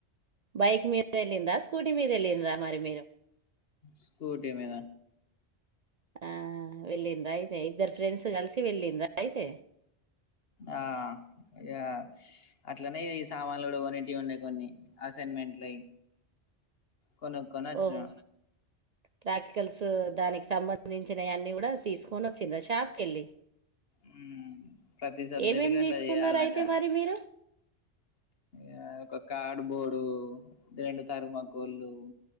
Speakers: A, on the right (about 50°); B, on the left (about 60°).
A: బైక్ మీద వెళ్లిండ్రా స్కూటీ మీద వెళ్లిండ్రా మీరు
B: స్కూటీ మీద
A: ఆ వెల్లిండ్రా అయితే ఇద్దరు ఫ్రెండ్స్ కలిసి వెళ్ళిండ్రా అయితే
B: ఆ అగ అట్లనే ఈ సామాన్లు కూడా కొనేటివి ఉండే, కొన్ని అసైన్మెంట్లు అవి కొనుక్కొని వచ్చిన.
A: ఓహో ప్రాక్టికల్స్ దానికి సంబంధించిన అన్ని కూడా తీసుకొని వచ్చిన్రా షాప్ కు వెళ్ళి
B: ఊమ్ ప్రతి సబ్జెక్ట్
A: ఏమేమి
B: కు అట్లా
A: తీసుకున్నారు
B: చేయాలట
A: అయితే మరి మీరు
B: ఏందో కొ కార్డ్బోర్డు రెండు తర్మాకోళ్ళు